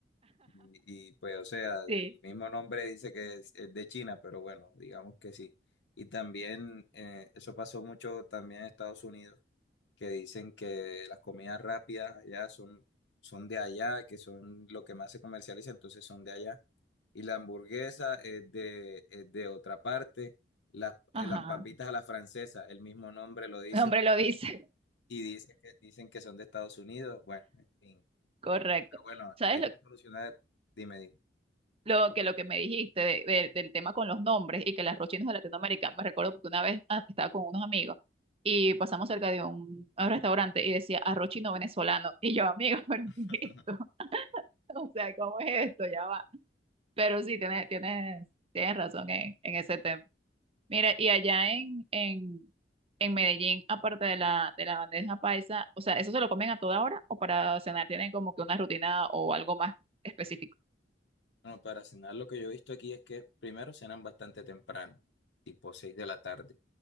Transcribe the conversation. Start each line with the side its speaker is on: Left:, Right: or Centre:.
Left: Y, y, pues, o sea,
Right: Sí.
Left: el mismo nombre dice que es, es de China, pero bueno, digamos que sí. Y también eh, eso pasó mucho también en Estados Unidos que dicen que las comidas rápidas allá son, son de allá, que son lo que más se comercializa, entonces son de allá. Y la hamburguesa es de, es de otra parte. Las,
Right: Ajá,
Left: eh, las Ujú. papitas a la francesa, el mismo nombre
Right: <laughs>
Left: lo dice,
Right: el hombre lo dice,
Left: y dice que, dicen que son de Estados Unidos. Bueno, en fin.
Right: <laughs> correcto.
Left: Pero bueno,
Right: ¿Sabes
Left: hay
Right: lo,
Left: que solucionar. Dime, dime.
Right: lo que lo que me dijiste de- de- del tema con los nombres y que las rochinos de Latinoamérica? Me recuerdo porque una vez ah, estaba con unos amigos y pasamos cerca de un, un restaurante y decía arrochino venezolano. Y yo, amigo, <laughs> ¿pero
Left: <laughs>
Right: qué es esto? <laughs> O sea, ¿cómo es esto? Ya va. Pero sí, tienes, tienes, tienes razón en, en ese tema. Mira, y allá en, en, en Medellín, aparte de la, de la bandeja paisa, o sea, ¿eso se lo comen a toda hora o para cenar tienen como que una rutina o algo más específico?
Left: Bueno, para cenar lo que yo he visto aquí es que primero cenan bastante temprano, tipo 6 de la tarde.